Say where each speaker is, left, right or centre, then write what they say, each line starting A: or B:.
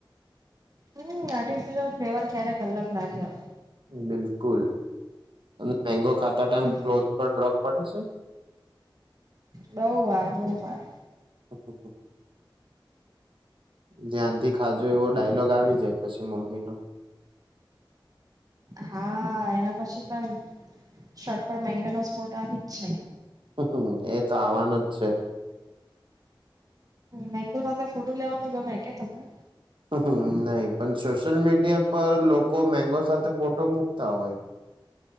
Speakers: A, on the right (about 45°); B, on the right (about 70°).
A: મને હમ, આર્ટિફિશયલ ફ્લેવર ક્યારેક કલાક નાકીય.
B: બિલકુલ અને મેંગો ખાતા ટાઈમ
A: હમ
B: ક્લોઝ પર ડ્રોપ પડે છે
A: બહુ વાર બહુ વાર
B: અઅ ધ્યાનથી ખાજો એવો ડાયલોગ આવી જાય પછી મમ્મી નો
A: હા એના પછી પણ શર્ટ પર મેગાનો સ્પોટ આવી જ છે
B: હમ એ તો આવવાનું જ છે
A: મેગુ સાથે ફતો લેવાનું ગમે, કે તમને.
B: હમ્મ, હમ્મ, નહી પણ સોશિયલ મીડિયા પર લોકો મેંગો સાથે ફોટો મુકતા હોય.